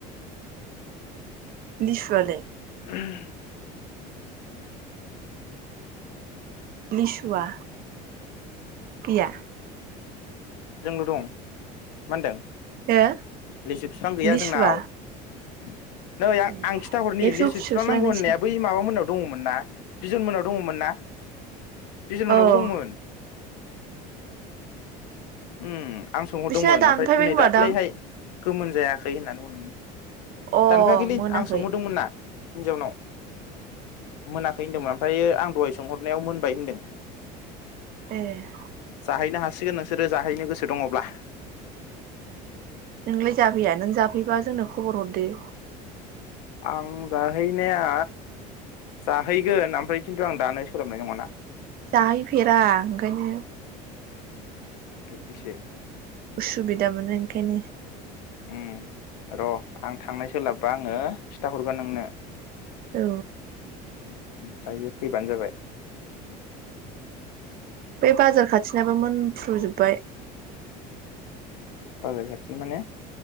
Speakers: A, on the right; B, on the left.
A: लिसुआलाय?
B: <unintelligible>
A: लिसुवा? गैया।
B: जोंल' दं मा होनदों?
A: हो
B: लिसु बिफां गैया
A: लिसुआ
B: जोंनाव। <unintelligible> नै आं
A: ए
B: आं खिथा हरनि
A: एबसु
B: लिसु
A: फिसौसो
B: सिफांनांगौ
A: लायनांसिगोन
B: होननाया बै माबा मोनाव दङमोन ना बिजन मोनाव दङमोन ना बिजन मोननावबो
A: औ
B: दंमोन। ओम। आं सोंहरदोंमोन
A: बिसिना दानफायबाय
B: ओमफ्राय दिनै
A: खोमादां
B: दाख्लैहाय गोमोन जायाखै होननानै बुंदों।
A: अ
B: दानफाययाखैलै
A: मोनाखै
B: आं सोंहरदोंमोन ना। हिन्जावनाव मोनाखै होनदोंमोन। ओमफफ्रायो आं दहाय सोंहरनायाव मोनबाय होनदों।
A: दे
B: हायनो हासिगोनों बिसोरो जाहैनो गोसो दङब्ला
A: नोंलाय जाफैया नों जाफैबा जोंनो खबर हरदो।
B: आं जाहैनाया जाहैगोन ओमफ्राय खिन्थु आं दानो सोलानाय नङाना
A: जाहैफेरा ओंखायनो
B: बिदिसो
A: उसुबिदा मोनो ओंखायनो
B: ओम र' आं थांनाय सोलाबबा आङो खिन्थााहरगोन नोंनो
A: औ
B: ओमफ्रायो फैबानो जाबाय
A: बे बाजार खाथिनाबो मोनफ्रुजोबबाय
B: बाजार खाथि माने